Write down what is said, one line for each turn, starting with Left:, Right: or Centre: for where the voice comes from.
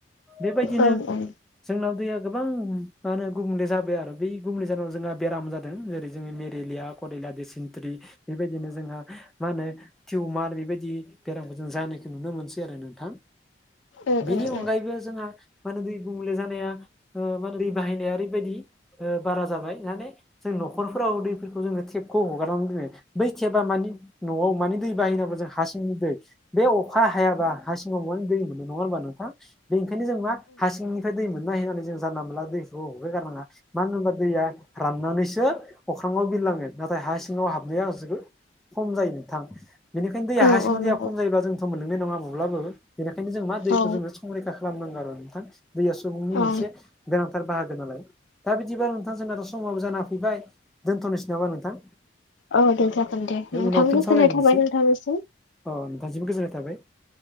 Centre: बेबायदिनो
Left: ओं ओं
Centre: जोंनाव दैया गोबां मा होनो गुबुंले जाबाय आरो बै गुबुंले जानाय जोंहा बेराम जादों जेरै जोंनि मेलेरिया कररिला दैसिन थ्रि बेबायदिनो जोंहा मा होनो टिउमार बेबायदि बेरामखौ जों जानायखौ नुनो मोनसै आरो नोंथां।
Left: ओम
Centre: बेनि अनगायैबो जोंहा मानो दै गुबुंले जानाया ओ मा होनो दै बाहायनाया ओरैबायाददि ओ बारा जाबाय माने जों न'खरफोराव दैफोरखौ जोङो टेपखौ हगारनानै जोङो बै टेपा मानि न'आव माने दै बाहायनांगौ जों हा सिंनि दै। बे अखा हायाबा हा सिङाव मानि दै मोनो नङा होनोमबा नोंथां बेनिखायनो जों मा हा सिंनि बे दै मोनबाय दै मोनबाय होननानै जों जानला मोनला दैखौ हगार गारनाङा। मानो होनबा दैया राननानैसो अख्राङाव बिरलाङो नाथाय हा सिङाव हाबनाया जोबो खम जायो नोंथां बेनिखायनो दैया
Left: औ
Centre: हासिंनि
Left: औ नंगौ
Centre: दैया खम जायोबा जोंथ' मोननाय नङा माब्लाबो बेनिखायनो जों मा दैखौ
Left: औ
Centre: जोंङो संरैखा खालामनांगौ आरो नोंथां दैया सुबुंनि मोनसे
Left: औ
Centre: गोनांथार बाहागो नालाय। दा बिदिबा नोंथां जोंनाथ' समाबो जाना फैबाय दोनथ'नोसै नामा नोंथां?
Left: औ दे जागोन दे नोंथां
Centre: उनाव फिन
Left: गोजोननाय
Centre: सावरायनोसै
Left: थाबाय नोंथांनोसिम।
Centre: अ नोंथां जोबोद गोजोननाय थाबाय